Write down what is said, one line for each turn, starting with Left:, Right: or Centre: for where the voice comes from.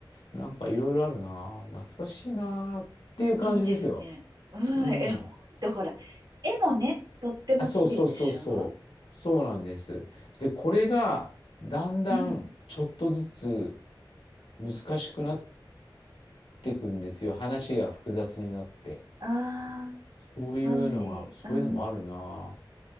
Left: なんかいろいろあるな。懐かしいなっていう感じですよ。
Right: いいですね。うん。
Left: うん。
Right: 絵本ってほら、絵もね、とっても綺麗でしょ
Left: あ、そうそうそうそう。そうなんです。で、これがだんだんちょっとずつ
Right: うん。
Left: 難しくなっていくんですよ。話が複雑になって。
Right: あ
Left: そういうのが、
Right: あ。はい。
Left: そういうのもあるな。
Right: うん。